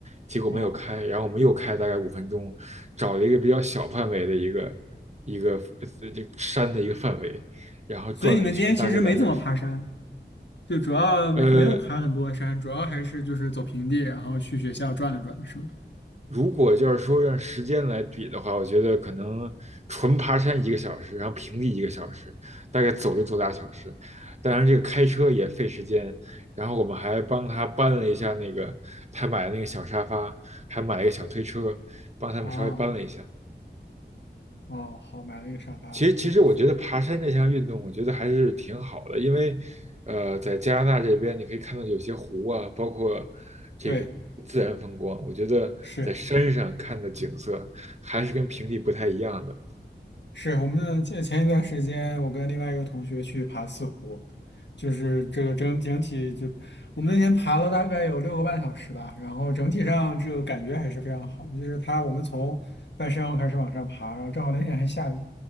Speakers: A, on the right; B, on the left.
A: 结果没有开，
B: 哦，
A: 然后我们又开了大概五分钟，找了一个比较小范围的一个一个呃这个山的一个范围，然后转了一圈，
B: 所以你们今天其实没怎么爬山，
A: 大概俩小时。
B: 就主要没没有爬很多山，
A: 呃，
B: 主要还是就是走平地，然后去学校转了转，是吗？
A: 如果就是说让时间来比的话，我觉得可能纯爬山一个小时，然后平地一个小时，大概走就走俩小时。当然，这个开车也费时间。然后我们还帮他搬了一下那个他买的那个小沙发，还买了一个小推车，帮他们稍微搬了一下。
B: 哦。哦，好，买了一个沙发。
A: 其实，其实我觉得爬山这项运动，
B: OK，
A: 我觉得还是挺好的，因为，呃，在加拿大这边，你可以看到有些湖啊，包括这个自然风光，
B: 对，
A: 我觉得在山上看的景色还是跟平地不太一样的。
B: 是是，我们前前一段时间，我跟另外一个同学去爬四湖，就是这个整整体就我们那天爬了大概有六个半小时吧，然后整体上这个感觉还是非常好。就是他，我们从半山腰开始往上爬，然后正好那天还下雨，